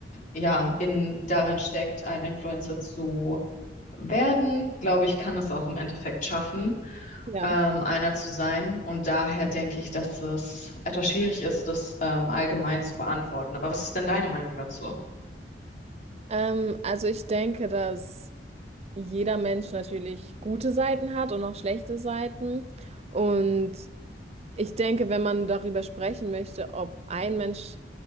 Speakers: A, on the left; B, on the right.
A: ja, in darin steckt, ein Influencer zu werden, glaube ich, kann es auch im Endeffekt schaffen,
B: Ja.
A: ähm, einer zu sein. Und daher denke ich, dass es etwas schwierig ist, das ähm, allgemein zu beantworten. Aber was ist denn deine Meinung dazu?
B: Ähm, also ich denke, dass jeder Mensch natürlich gute Seiten hat und auch schlechte Seiten. Und Ich denke, wenn man darüber sprechen möchte, ob ein Mensch